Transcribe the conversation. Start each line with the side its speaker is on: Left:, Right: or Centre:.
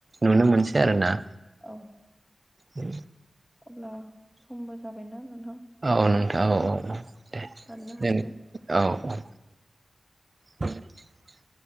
Right: नुनो मोनसै आरो ना।
Left: औ।
Right: उम।
Left: अब्ला समबो जाबायना नोंथां।
Right: औ नोंथां औ औ औ। दे
Left: दाननो
Right: देन
Left: हासिगोन
Right: औ औ। <unintelligible>